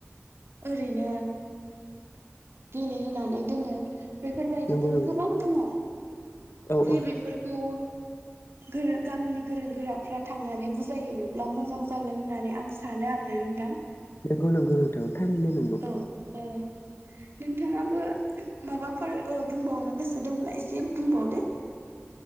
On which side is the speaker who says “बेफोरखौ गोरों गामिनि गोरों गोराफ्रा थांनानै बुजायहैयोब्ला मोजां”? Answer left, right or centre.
Right